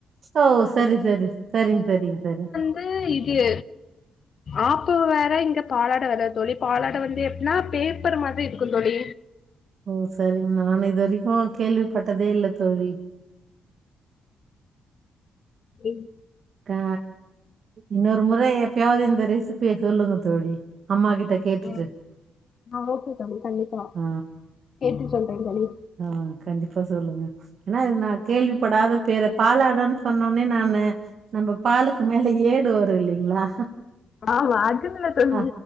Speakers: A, on the right; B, on the left.
A: ஓ சரி சரி சரிங் சரிங் சரி
B: அ இடிய ஆப்பம் வேற இங்க பாலாட வேற தோழி பாலாட வந்து எப்பிட்னா பேப்பரு மாதிரி இருக்கு தோழி
A: ஓ சரிங் நானு இது வரைக்கு கேள்விப்பட்டதே இல்ல தோழி
B: ரிங்
A: கா இன்னோரு முற எப்பயாவ்து இந்த ரெசிப்பிய சொல்லுங்க தோழி அம்மா கிட்ட கேட்டுட்டு
B: ம் ஆ ஓகே தோழி கண்டிப்பா
A: ஆ
B: கேட்டு சொல்றே தோழி
A: ஆ கண்டிப்பா சொல்லுங்க ஏனா இது நா கேள்விப்படாத பேரு பாலாடன் சொன்னோன்னே நானு நம்ப பாலுக்கு மேல ஏடு வரு இல்லைங்ளா
B: ஆமா அது இல்ல தோழி
A: அ